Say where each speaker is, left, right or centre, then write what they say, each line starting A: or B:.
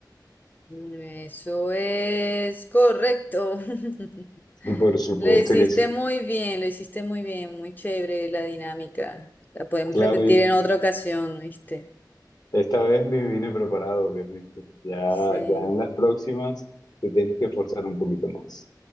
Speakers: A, on the left (about 25°); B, on the left (about 60°).
A: Eso es correcto. <laughs>
B: Por supuesto
A: Lo hiciste
B: que sí.
A: muy bien, lo hiciste muy bien, muy chévere la dinámica. La podemos
B: Claro,
A: repetir
B: y
A: en otra ocasión, ¿viste?
B: esta vez me vine preparado, obviamente. Ya,
A: Sí.
B: ya en las próximas te tienes que esforzar un poquito más.